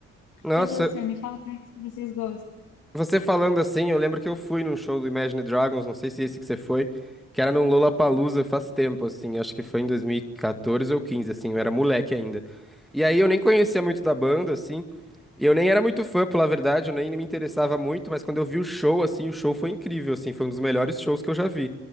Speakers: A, in the centre; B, on the left.
A: Nossa,
B: E você, me fala quais que vocês gostam.
A: Você falando assim, eu lembro que eu fui num show do Imagine Dragons, não sei se é esse que você foi, que era num Lollapalooza faz tempo, assim, acho que foi em 2014 ou 15, assim, eu era moleque ainda. E aí eu nem conhecia muito da banda, assim, e eu nem era muito fã, pela verdade, eu nem me interessava muito, mas quando eu vi o show, assim, o show foi incrível, assim, foi um dos melhores shows que eu já vi.